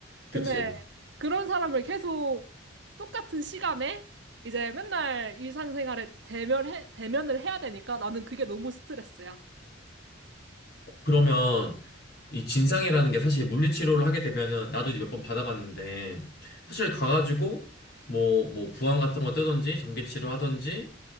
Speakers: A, on the right (about 60°); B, on the left (about 50°).
A: 근데
B: 그치.
A: 그런 사람을 계속 똑같은 시간에 이제 맨날 일상생활에 대면해, 대면을 해야 되니까 나는 그게 너무 스트레스야.
B: 그러면 이 진상이라는 게 사실 물리치료를 하게 되면은 나도 이제 몇 번 받아봤는데 사실 가가지고 뭐, 뭐 부항 같은 거 뜨든지 전기치료 하든지